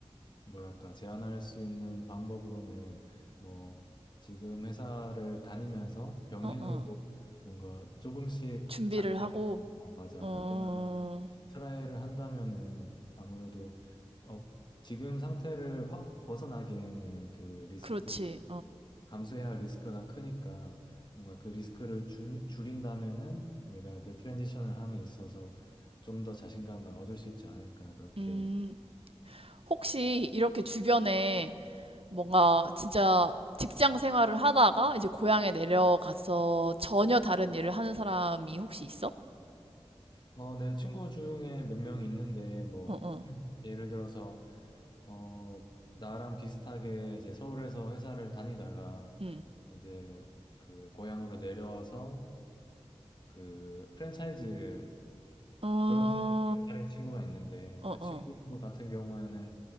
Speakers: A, on the left (about 45°); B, on the right (about 65°).
A: 뭐랄까, 제한할 수 있는 방법으로는 뭐 지금 회사를 다니면서 병행으로
B: 어, 어.
A: 뭔가 조금씩
B: 준비를
A: 작게나마,
B: 하고
A: 어, 맞아,
B: 어
A: 작게나마 트라이를 한다면은 아무래도 어, 지금 상태를 확 벗어나기에는 그 리스크,
B: 그렇지
A: 감수해야 할 리스크가 크니까 뭔가 그 리스크를 줄, 줄인다면은 내가 그 트랜지션을 함에 있어서 좀 더 자신감을 얻을 수 있지 않을까 그렇게
B: 어음 혹시 이렇게 주변에 뭔가 진짜 직장 생활을 하다가 이제 고향에 내려가서 전혀 다른 일을 하는 사람이 혹시 있어?
A: 어, 내 친구 중에 몇 명이 있는데, 뭐,
B: 어, 어.
A: 음. 예를 들어서, 어, 나랑 비슷하게 이제 서울에서 회사를 다니다가,
B: 응.
A: 이제 그 고향으로 내려와서 그 프랜차이즈
B: 어,
A: 브런치를 차린 친구가 있는데,
B: 어,
A: 그 친구
B: 어.
A: 같은 경우에는